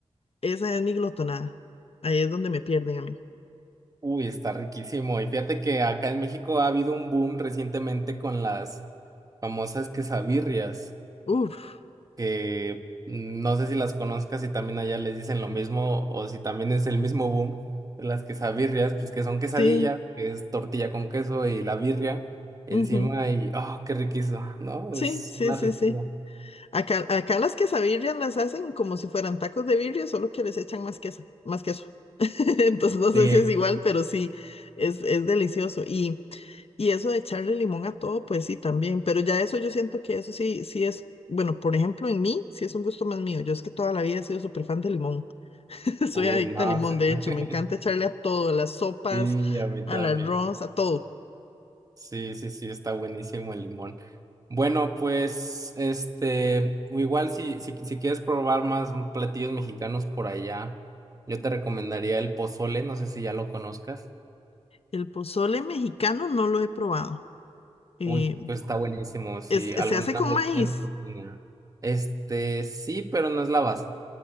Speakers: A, on the left; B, on the right.
A: esa es mi glotonada. Ahí es donde me pierden a mí.
B: Uy, está riquísimo. Y fíjate que acá en México ha habido un boom recientemente con las famosas quesabirrias.
A: Uf,
B: que no sé si las conozcas, si también allá les dicen lo mismo o si también es el mismo boom, las quesabirrias, pues que son quesadilla,
A: sí,
B: que es tortilla con queso y la birria encima
A: ujú,
B: y, oh, qué riquísimo, ¿no?
A: Sí,
B: Es
A: sí,
B: una
A: sí,
B: riqueza.
A: sí. Acá, acá las quesabirrias las hacen como si fueran tacos de birria, solo que les echan más queso, más queso. <laughs> Entonces no
B: Sí.
A: sé si es igual, pero sí, es, es delicioso. Y, y eso de echarle limón a todo, pues sí, también. Pero ya eso yo siento que eso sí, sí es, bueno, por ejemplo, en mí, sí es un gusto más mío. Yo es que toda la vida he sido súper fan de limón. <laughs>
B: Uy,
A: Soy adicta
B: no,
A: al limón,
B: se- <laughs>
A: de hecho, me encanta echarle a todo, a las sopas,
B: sí, a mí
A: al
B: también.
A: arroz, a todo.
B: Sí, sí, sí, está buenísimo el limón. Bueno, pues, este, o igual si, si, si quieres probar más platillos mexicanos por allá, yo te recomendaría el pozole, no sé si ya lo conozcas.
A: El pozole mexicano no lo he probado. Eh,
B: Uy, pues está buenísimo, si
A: es-
B: alguna
A: se hace con
B: vez
A: maíz.
B: tienes oportunidad. Este, sí, pero no es la base.